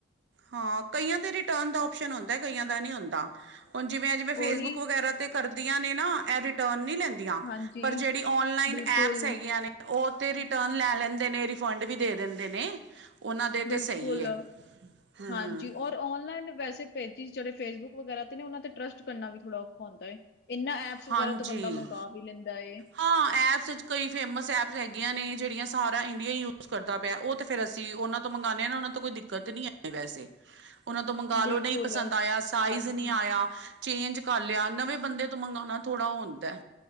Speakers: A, on the right (about 80°); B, on the left (about 55°).
A: ਹਾਂ, ਕਈਆਂ ਦੇ ਰਿਟਰਨ ਦਾ ਆਪਸ਼ਨ ਹੁੰਦਾ ਕਈਆਂ ਦਾ ਨਹੀਂ ਹੁੰਦਾ, ਹੁਣ ਜਿਵੇਂ ਅ ਜਿਵੇਂ ਫੇਸਬੁੱਕ
B: ਉਹੀ
A: ਵਗੈਰਾ, ਤੇ ਕਰਦੀਆਂ ਨੇ ਨਾ ਇਹ ਰਿਟਰਨ ਨੀ ਲੈਂਦੀਆਂ
B: ਹਾਂਜੀ
A: ਪਰ ਜਿਹੜੀ ਆਨਲਾਈਨ
B: ਬਿਲਕੁਲ
A: ਐਪਸ ਹੈਗੀਆਂ ਨੇ। ਉਹ ਤੇ ਰਿਟਰਨ ਲੈ ਲੈਂਦੇ ਨੇ ਰਿਫੰਡ ਵੀ ਦੇ ਦਿੰਦੇ ਨੇ ਉਹਨਾਂ ਦੇ
B: ਬਿਲਕੁਲ
A: ਤੇ ਸਹੀ ਏ। ਹੂੰ
B: ਹਾਂਜੀ, ਔਰ ਆਨਲਾਈਨ ਵੈਸੇ ਪੇਜਿਸ ਜਿਹੜੇ ਫੇ ਫੈਸਬੁਕ ਵਗੈਰਾ ਤੇ ਉਹਨਾਂ ਤੇ ਟਰੱਸਟ ਕਰਨਾ ਵੀ ਥੋੜਾ ਔਖਾ ਹੁੰਦਾ ਹੈ, ਇਹਨਾਂ ਐਪ ਸ਼ੁਕਰ
A: ਹਾਂਜੀ
B: ਆ ਤੋਂ ਬੰਦਾ ਮੰਗਵਾ ਵੀ ਲੈਂਦਾ ਏ।
A: ਹਾਂ ਐਪਸ ਕਈ ਫੇਮਸ ਐਪਸ ਹੈਗੀਆਂ ਨੇ ਜਿਹੜੀਆਂ ਸਾਰਾ ਇੰਡੀਆ ਯੂਜ ਕਰਦਾ ਪਿਆ ਉਹ ਤੇ ਫਿਰ ਅਸੀਂ ਉਹਨਾਂ ਤੋਂ ਮੰਗਉਂਦੇ ਹਾਂ, ਉਹਨਾਂ ਤਾਂ ਕੋਈ ਦਿੱਕਤ ਨਹੀਂ ਆ, ਵੈਸੇ।
B: <inaudible>
A: ਉਹਨਾ ਤੋਂ ਮੰਗਾਲੋ
B: ਬਿਲਕੁਲ
A: ਨਹੀਂ ਪਸੰਦ ਆਇਆ ਸਾਈਜ
B: ਹਾਂਜੀ
A: ਨਹੀਂ ਆਇਆ, ਚੇਂਜ ਕਰ ਲਿਆ ਨਵੇਂ ਬੰਦੇ ਤੋਂ ਮੰ ਥੋੜ੍ਹਾ ਹੁੰਦਾ